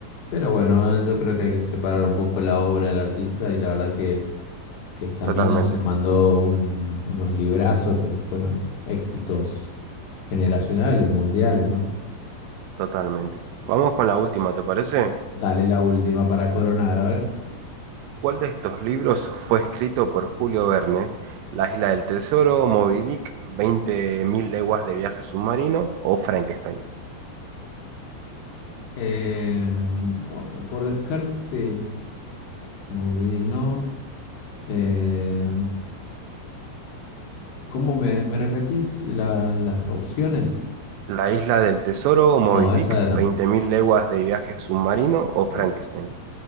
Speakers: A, on the left; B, on the right.
A: pero bueno, yo creo que hay que separar un poco la obra del artista y la verdad que, que esta mina
B: Totalmente,
A: se mandó un- unos librazos que fueron éxitos generacionales, mundiales, ¿no?
B: totalmente. Vamos con la última, ¿te parece?
A: Dale la última para coronar, a ver.
B: ¿Cuál de estos libros fue escrito por Julio Verne? La isla del tesoro, Moby Dick, Veinte Mil leguas de viaje submarino o Frankenstein.
A: Eh, bueno, por descarte, muy digno. Eh, ¿cómo me, me repetís la- las opciones?
B: La isla del tesoro, Moby
A: No,
B: Dick,
A: esa no.
B: Veinte Mil leguas de viaje submarino o
A: Es.
B: Frankenstein.